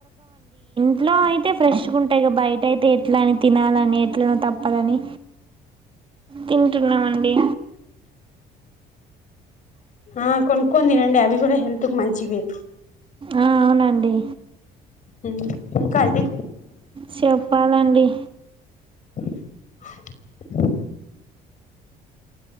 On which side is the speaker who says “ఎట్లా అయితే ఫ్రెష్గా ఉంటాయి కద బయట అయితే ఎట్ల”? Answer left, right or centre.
Right